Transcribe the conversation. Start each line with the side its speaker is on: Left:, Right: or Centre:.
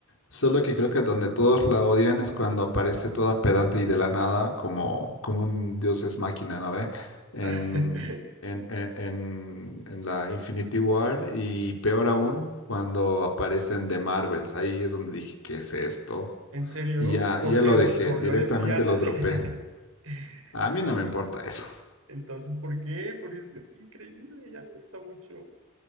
Left: Solo que creo que donde todos la odian es cuando aparece toda pedante y de la nada como, como un dios es máquina, ¿no ve?
Right: <laughs>
Left: En, en, en, en- en la Infinity War y peor aún cuando aparecen de Marvels. Ahí es donde dije, ¿qué es esto?
Right: ¿En serio?
Left: Y ya,
Right: ¿Por
Left: ya
Right: qué?
Left: lo
Right: ¿Porque
Left: dejé,
Right: se volvió
Left: directamente
Right: lesbiana?
Left: lo dropé.
Right: <laughs>
Left: A mí no me importa eso. <laughs>
Right: Entonces, ¿por qué? Porque es, es increíble, ella me gusta mucho.